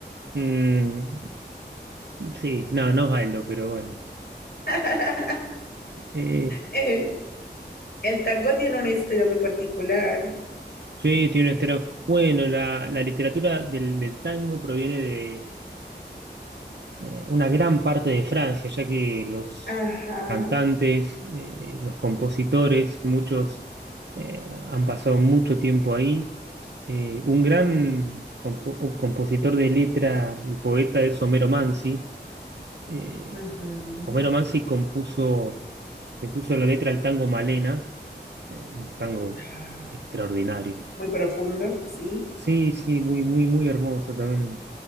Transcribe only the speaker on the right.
Mm, sí, no, no bailo, pero bueno.
Eh,
sí, tiene un estilo. Bueno, la, la literatura del, del tango proviene de, eh, una gran parte de Francia, ya que los
cantantes, eh, los compositores, muchos eh, han pasado mucho tiempo ahí. Eh, un gran compo- un compositor de letra y poeta es Homero Mansi. Eh,
Homero Mansi compuso, le puso la letra al tango Malena, eh, un tango
extraordinario.
Sí, sí, muy, muy, muy hermoso también,